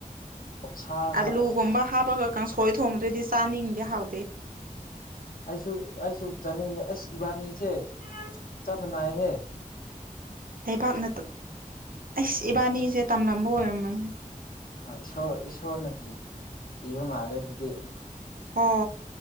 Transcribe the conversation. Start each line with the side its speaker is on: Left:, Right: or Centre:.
Left: ꯑꯣꯛꯁꯥꯒ
Right: ꯑꯂꯨꯒꯨꯝꯕ
Left: ꯑꯁ
Right: ꯍꯥꯞꯄꯒ ꯀꯥꯡꯁꯣꯏ ꯊꯣꯡꯕꯗꯨꯗꯤ ꯆꯥꯅꯤꯡꯗꯦ ꯍꯥꯎꯗꯦ
Left: <inaudible> ꯑꯩꯁꯨ ꯑꯩꯁꯨ ꯆꯥꯅꯤꯡꯗꯦ ꯑꯁ ꯏꯕꯥꯅꯤꯁꯦ ꯆꯞ ꯃꯅꯥꯏꯍꯦ <inaudible>
Right: ꯂꯩꯕꯥꯛꯅ ꯑꯩꯁ ꯏꯕꯥꯅꯤꯁꯦ ꯇꯝꯂꯝꯕ ꯑꯣꯏꯔꯝꯅꯤꯗ
Left: ꯏꯁꯣꯔ ꯏꯁꯣꯔꯅꯗꯤ ꯄꯤꯕ ꯃꯥꯜꯂꯦ ꯑꯗꯨꯗꯤ
Right: ꯍꯣꯏ